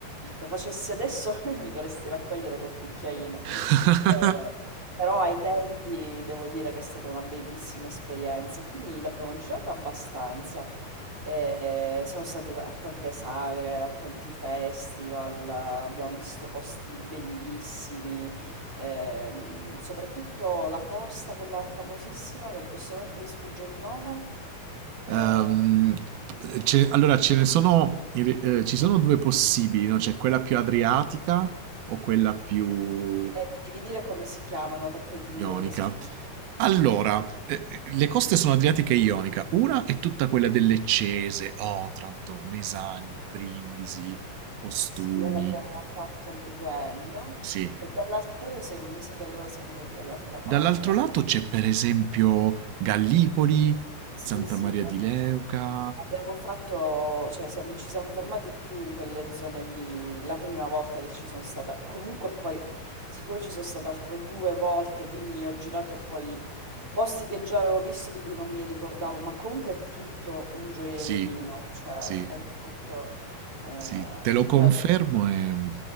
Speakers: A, on the right; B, on the right.
A: lo facessi adesso <laughs> mi dovresti raccogliere col cucchiaino.
B: <laughs>
A: Eh, però ai tempi devo dire che è stata una bellissima esperienza e quindi l'abbiamo girata abbastanza. Eh, siamo stati a a tante sagre, a tanti festival, abbiamo visto posti bellissimi. Ehm, soprattutto la costa, quella famosissima, che in questo momento mi sfugge il nome, eh,
B: Ehm, ce- allora, ce ne sono, in re- eh, ci sono due possibili, no? C'è quella più adriatica o quella più
A: e mi devi dire come si chiamano perché ti dico
B: Ionica.
A: dove siamo stati.
B: Allora, eh, le coste sono Adriatica e Ionica. Una è tutta quella delle Cese, Otranto, Mesagne, Brindisi, Ostuni.
A: Sì, e l'abbiamo fatto anche quello.
B: Sì.
A: E dall'altra, però noi se- mi sa che allora siamo andati dall'altra parte.
B: Dall'altro
A: anche.
B: lato c'è per esempio Gallipoli,
A: Sì,
B: Santa
A: sì,
B: Maria
A: abbiamo,
B: di Leuca.
A: abbiamo fatto, cioè siamo- ci siamo fermati più in quelle zone lì la prima volta che ci sono stata. Comunque poi, siccome ci sono stata altre due volte, quindi ho girato poi posti che già avevo visto di cui non mi ricordavo, ma comunque è tutto un gioiellino,
B: Sì,
A: cioè
B: sì.
A: è tutto eh,
B: Sì, te lo confermo
A: gradito.
B: e